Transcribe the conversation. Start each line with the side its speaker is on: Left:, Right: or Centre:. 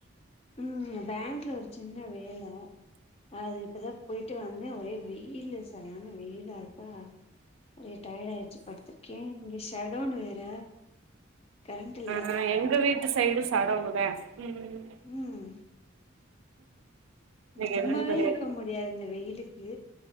Left: ம் பேங்க்ல ஒரு சின்ன வேல அது இப்பதா போயிட்டு வந்தே ஒரே வெயிலு சரியான வெயில் அய்ட்டா ஒரே டயர்ட் ஆய வச்சு படுத்திருக்கே இங்கே ஷடவுன் வேற கரண்ட் இல்ல
Right: ஆ எங்க வீட்டு சைடும் சடவுனுதா உம்
Left: உம்
Right: இன்னைக்கு
Left: சும்மாவே
Right: என்னன்னு தெரியல
Left: இருக்க முடியாது இந்த வெயிலுக்கு